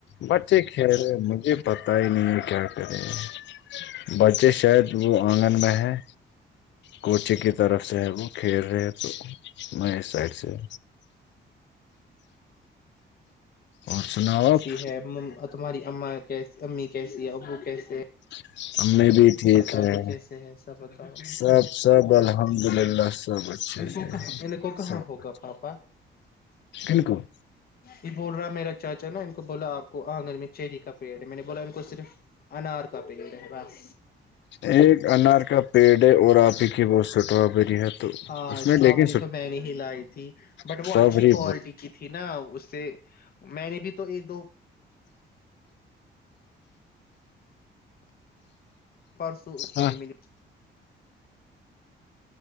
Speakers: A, on the left; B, on the left.
A: بٹ بچے کھیل رہے مجھے پتا ہی نہیں ہے کیا کر رہے بچے شاید وہ آنگن میں ہے کوچے کی طرف سے ہے وہ کھیل رہے تو میں اس سائڈ سے اور سناؤ
B: کیسی
A: آپ
B: ہے تمہاری اما کیسی امی کیسی ہے ابو کیسے ہیں
A: <inaudible> ٹھیک
B: دادو
A: ہے
B: کیسے ہے سب بتاؤ
A: سب سب الحمد للہ سب اچھے
B: ان کو
A: سے
B: کہاں ان کو کہاں
A: سب
B: ہوگا پاپا
A: کن کو
B: یہ بول رہا میرا چاچا نہ بولا اپ کو انگن میں چیری کا پیڑ ہے میں نے بولا ان کو صرف انار کا پیڑ ہے بس
A: ایک انار کا پیڑ ہے اور آپ ہی کی بہت سٹرابری ہے تو
B: ہاں
A: اس
B: اسٹرابری
A: میں لیکن
B: تو میں نے ہی لائی تھی بٹ
A: اسٹرابری
B: وہ اچھی کوالٹی کی تھی نہ سے میں نے بھی تو ایک دو <unintelligible>
A: ہاں